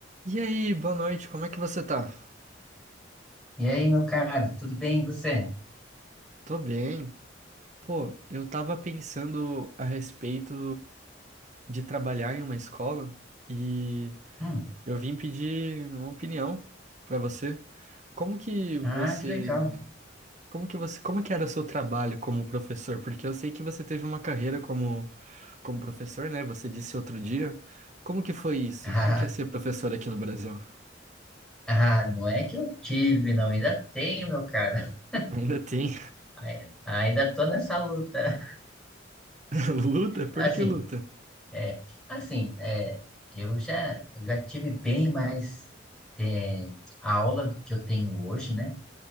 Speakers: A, on the right; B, in the centre.
A: E aí, boa noite, como é que você tá?
B: E aí, meu caro, tudo bem e você?
A: Tô bem. Pô, eu tava pensando a respeito de trabalhar em uma escola e
B: Hum,
A: eu vim pedir uma opinião pra você. Como que você,
B: ah, que legal.
A: como que você, como que era o seu trabalho como professor? Porque eu sei que você teve uma carreira como como professor, né? Você disse outro dia. Como que foi isso?
B: <laughs>
A: Como que é ser professor aqui no Brasil?
B: Ah, ah, não é que eu tive, não, ainda tenho, meu caro. <laughs>
A: Ainda tem
B: Ai- Ainda tô nessa luta.
A: <laughs> luta? Por
B: Assim,
A: que luta?
B: é, assim, é, eu já, eu já tive bem mais é, aula do que eu tenho hoje, né?